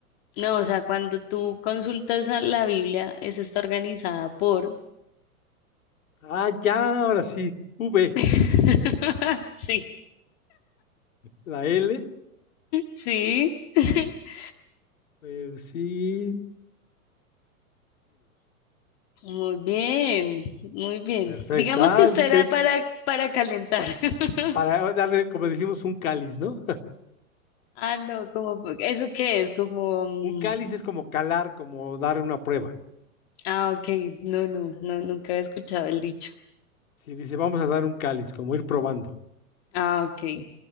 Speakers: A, on the left (about 45°); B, on the left (about 65°).
A: No, o sea, cuando tú consultas a la Biblia, esa está organizada por...
B: Ah, ya, ahora sí. V,
A: <laughs> Sí,
B: la L,
A: sí. <laughs>
B: versículos.
A: Muy bien, muy bien.
B: Perfecto.
A: Digamos
B: Ah,
A: que esta
B: sí creí
A: era
B: que
A: para, para calentar.
B: pa-
A: <laughs>
B: para darle, como decimos, un cáliz, ¿no?
A: Ah, no, como, ¿eso qué es? Como, mm,
B: Un cáliz es como calar, como dar una prueba.
A: ah, ok, no, no, no, nunca había escuchado el dicho.
B: Si dice, vamos a dar un cáliz, como ir probando.
A: Ah, ok.